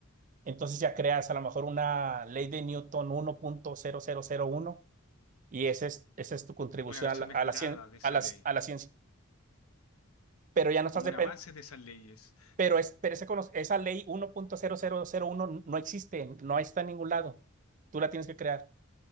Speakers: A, on the right; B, on the left.
A: Entonces ya creas a lo mejor una ley de Newton uno punto cero cero cero uno y esa es, esa es tu contribución
B: Una versión
A: a la, a
B: mejorada
A: la, cien-
B: de esa
A: a las-
B: ley,
A: a la ciencia. pero ya no estás
B: como
A: depen-
B: un avance de esas leyes.
A: Pero, es, pero ese cono- esa ley uno punto cero cero cero uno no existe, no está en ningún lado. Tú la tienes que crear.